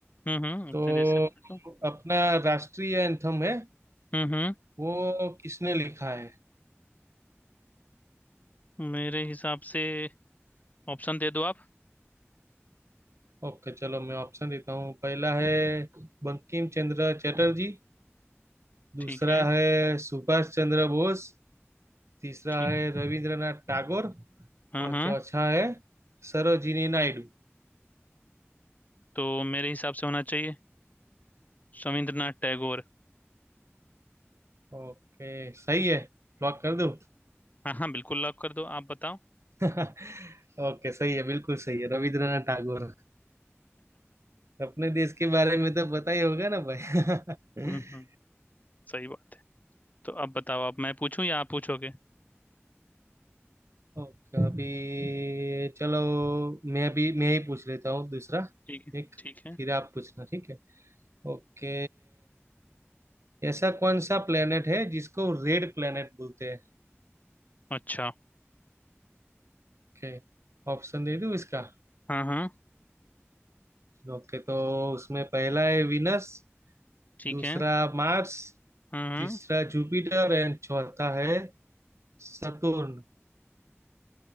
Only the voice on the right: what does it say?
तो
अपना राष्ट्रीय एंथम है
वो किसने लिखा है
ओके चलो मैं ऑप्शन देता हूँ पहला है बंकिम चंद्र चटर्जी दूसरा
है सुभाष चंद्र बोस तीसरा
है
रविंद्रनाथ टैगोर
और
चौथा है सरोजिनी नायडू
ओके सही है लॉक कर दूं
<laughs> ओके सही है बिल्कुल सही है रविंद्रनाथ टागोर अपने देश के बारे में तो पता ही होगा ना भाई
<laughs>
ओके अभी चलो मैं भी मैं ही पूछ लेता हूँ दूसरा
ठीक
फिर आप पूछना ठीक है ओके ऐसा कौन सा प्लेनेट है जिसको रेड प्लेनेट बोलते हैं
ओके ऑप्शन दे दूँ इसका
ओके तो उसमें पहला है विनस
दूसरा
मार्स
तीसरा जुपिटर एंड चौथा है सतुर्न